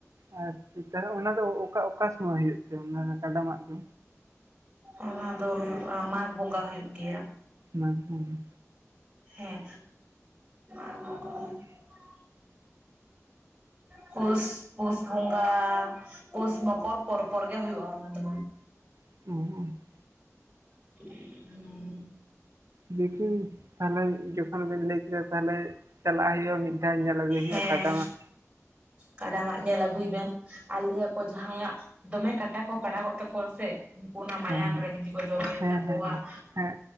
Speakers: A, on the right (about 70°); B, on the right (about 20°).
A: <inaudible> ᱟᱨ ᱛᱟᱹᱭ ᱨᱮᱦᱚᱸ ᱚᱱᱟ ᱫᱚ ᱚᱠᱟ ᱚᱠᱟ ᱥᱩᱢᱚᱭ ᱦᱩᱭᱩᱜ ᱛᱮ ᱚᱱᱟ ᱠᱟᱰᱟ ᱢᱟᱜ ᱫᱚ?
B: ᱚᱱᱟ ᱫᱚ ᱦᱩᱭᱩᱜᱼᱟ ᱢᱟᱜ ᱵᱚᱝᱜᱟ ᱦᱩᱭᱩᱜ ᱜᱮᱭᱟ᱾
A: ᱢᱟᱜ ᱵᱚᱝᱜᱟ,
B: ᱦᱮᱸ ᱾ <inaudible> ᱯᱩᱥ ᱯᱩᱥ ᱵᱚᱸᱜᱟ ᱯᱩᱥ ᱢᱚᱠᱚᱨ ᱯᱚᱨ ᱯᱚᱨ ᱜᱮ ᱦᱳᱭᱳᱜᱼᱟ ᱚᱱᱟ ᱫᱚ᱾
A: <inaudible>
B: <inaudible>
A: ᱫᱤᱠᱤᱱ ᱛᱟᱦᱚᱞᱮ ᱡᱚᱠᱷᱚᱱ ᱵᱤᱱ ᱞᱟᱹᱭ ᱠᱮᱫᱟ ᱛᱟᱦᱚᱞᱮ ᱪᱟᱞᱟᱜ ᱦᱳᱭᱳᱜᱼᱟ ᱢᱤᱫ ᱫᱷᱟᱣ ᱧᱮᱞ ᱟᱹᱜᱩᱭ ᱦᱩᱭᱩᱜᱼᱟ
B: ᱦᱮᱸ
A: ᱠᱟᱰᱟ ᱢᱟᱜ᱾
B: ᱠᱟᱰᱟ ᱢᱟᱜ ᱧᱮᱞ ᱟᱹᱜᱩᱭ ᱵᱮᱱ, ᱟᱨ ᱞᱮᱭᱟ ᱠᱚ ᱡᱟᱦᱟᱸᱭᱟᱜ ᱫᱚᱢᱮ ᱠᱟᱴᱟ ᱠᱚ ᱯᱟᱲᱟᱜᱚᱜ ᱛᱟᱠᱚᱣᱟ ᱥᱮ ᱩᱱᱠᱩ ᱚᱱᱟ ᱢᱟᱭᱟᱝ
A: ᱦᱮᱸ ᱦᱮᱸ
B: ᱨᱮ ᱡᱩᱫᱤ ᱠᱚ ᱡᱚᱵᱮ ᱛᱟᱠᱚᱣᱟ
A: ᱦᱮᱸ ᱦᱮᱸ ᱦᱮᱸ